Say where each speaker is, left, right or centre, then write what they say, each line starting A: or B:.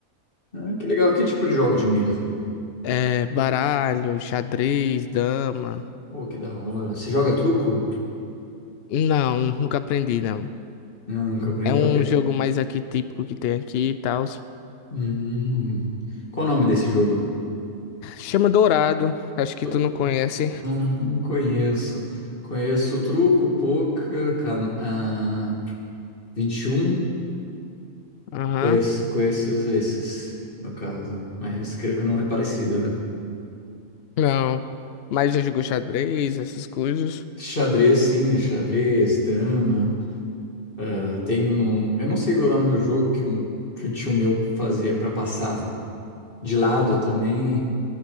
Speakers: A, on the left; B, on the left.
A: Ah, que legal. Que tipo de jogo de mesa?
B: É, baralho, xadrez, dama.
A: Oh, que da hora. Você joga truco?
B: Não, nunca aprendi, não.
A: Não, Nunca aprendeu
B: É um
A: a pe...
B: jogo mais aqui típico que tem aqui e tal.
A: Hum. Qual o nome desse jogo?
B: Chama Dourado, acho que
A: Eu
B: tu não conhece.
A: Não, não conheço. Conheço truco, poker, can... ah, 21.
B: Aham.
A: Conheço, conheço esses, no caso. Mas creio que não é parecido, né?
B: Não. Mas já jogou xadrez, essas coisas.
A: Xadrez, sim. Xadrez, dama. Ah, Tem um... Eu não sei o nome do jogo que um, que um tio meu fazia para passar de lado
B: O-
A: também.